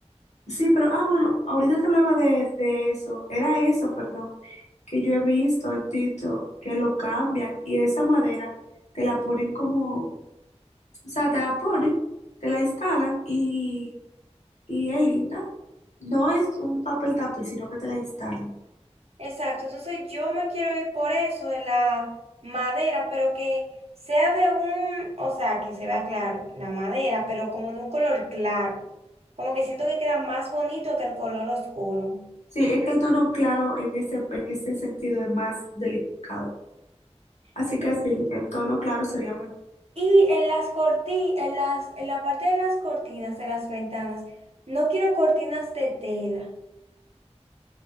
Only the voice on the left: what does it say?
Sí, pero, ah, bueno, ahorita te hablaba de, de eso, era eso, perdón, que yo he visto en TikTok que lo cambian y esa madera te la ponen como, o sea, te la ponen, te la instalan y, y es linda. No es un papel tapiz, sino que te la instalan.
Sí, es que el tono claro en ese, en ese sentido es más delicado. Así
que sí, en tono claro sería mejor.